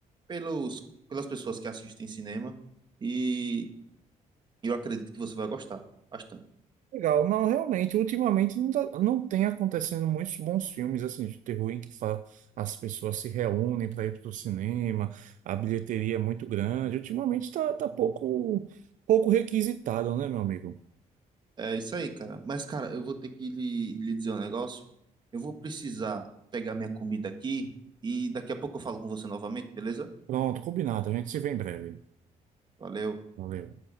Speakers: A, on the right; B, on the right.
A: pelos pelas pessoas que assistem cinema e eu acredito que você vai gostar bastante.
B: Legal. Não, realmente, ultimamente não, tá- não tem acontecendo muitos bons filmes assim de terror em que fa- as pessoas se reúnem para ir para o cinema, a bilheteria é muito grande. Ultimamente está tá tá pouco, pouco requisitado, né, meu amigo?
A: É isso aí, cara. Mas cara, eu vou ter que lhe, lhe dizer um negócio. Eu vou precisar pegar minha comida aqui e daqui a pouco eu falo com você novamente, beleza?
B: Pronto, combinado. A gente se vê em breve.
A: Valeu.
B: Valeu.